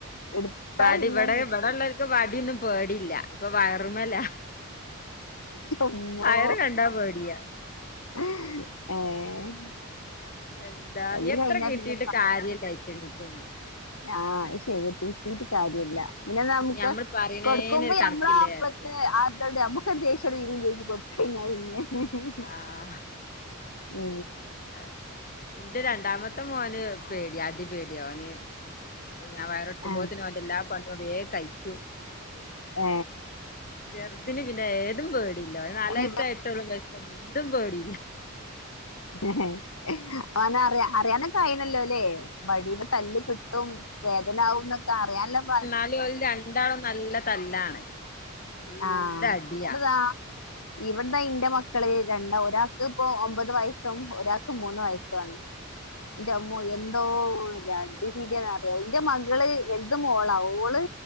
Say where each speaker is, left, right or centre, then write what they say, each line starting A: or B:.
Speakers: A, on the left (about 80°); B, on the left (about 40°).
A: എടുത്താ
B: വടി
A: പിന്നെ
B: ഇവിടെ
A: കിട്ടും
B: ഇവിടെള്ളോർക്ക് വടിയൊന്നും പേടില്ല ഇപ്പൊ വയറുമല്ല
A: ചുമ്മോ
B: വയറ് കണ്ടാ പടിയാ
A: <unintelligible>
B: എന്താ
A: തല്ല്
B: എത്ര
A: കഴിഞ്ഞാ
B: കിട്ടിയിട്ടും
A: പിന്നെ
B: കാര്യല്ലായിറ്റ ങ്ങക്ക്ന്നും
A: ആഹ ശരി കിട്ടീട്ട് കാര്യമല്ല ഇന്നെ നമുക്ക്
B: ഞമ്മൾ പറയണേനൊരു
A: കൊടുക്കൊ്പോ
B: കണക്കില്ലേ
A: അമ്മള അപ്പത്തെ
B: വിചാരിച്ചു
A: ആണ്ട് അമ്മ ദേശോടെ <unintelligible> കൊടുത്ത കഴിഞ്ഞ പിന്നെ
B: ആഹ്
A: ഉ
B: അതെ ഇന്റെ രണ്ടാമത്തെ മോന് പേടി അടി പേടി ഓന് ഞാൻ വയറെടുക്കുമ്പോത്തന്
A: ആ,
B: ഓന്റെ എല്ലാ പണിയും വേഗ കഴിച്ചു
A: ഏ
B: ചെറുതിന് പിന്നെ ഏതും പേടിയില്ല നാല്
A: അല്ല
B: വയസായിട്ടോളും
A: ഇവ-
B: <unintelligible> എന്തും പേടിയില്ല
A: <unintelligible> ഓന അറിയ അറിയാനൊക്കെനല്ലോ അല്ലേ വഴിയുടെ തല്ല് കിട്ട വും വേദന ആക എന്നൊക്കെ അറിയാനല്ല പ
B: അാല <unintelligible> എന്താളും നല്ല തല്ലാണ് നല്ല
A: ആഹ
B: അടിയാ
A: ഇവിടെതാ ഇവിടന്ന് ഇന്റെ മക്കള് രണ്ടാ ഒരാൾക്ക് ഇപ്പോ ഒമ്പത് വയസ്സും ഒരാക്ക് മൂന്ന് വയസ്സുണ്
B: ഉ <unintelligible>
A: ഇന്റെമ്മോ എന്തോരടി ന്ന്റിയോ എന്റെ മകള് വലത് മോളാ ഓള്